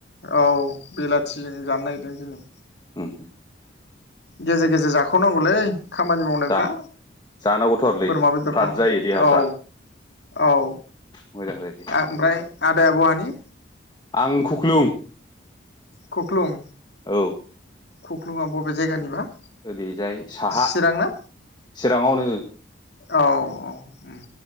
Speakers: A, on the left; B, on the left.
A: औ बेलाथिजों जानो नागिरदों दिनै
B: उम
A: गेजेर गेजेर जाख'नांगौलै खामानि मावनायफ्रा
B: जा जानांगौथारलै
A: बोरमा बेदरखौ
B: फ्राद जायो देहाफ्रा
A: औ औ
B: मोजां जायोलै
A: ओमफ्राय आदाया बहानि?
B: आं खुख्लुं
A: खख्लुं।
B: औ।
A: खुख्लुङा बबे जायगानिबा?
B: ओरैजाय साहा
A: चिरां ना
B: चिराङावनो।
A: औ औ उम।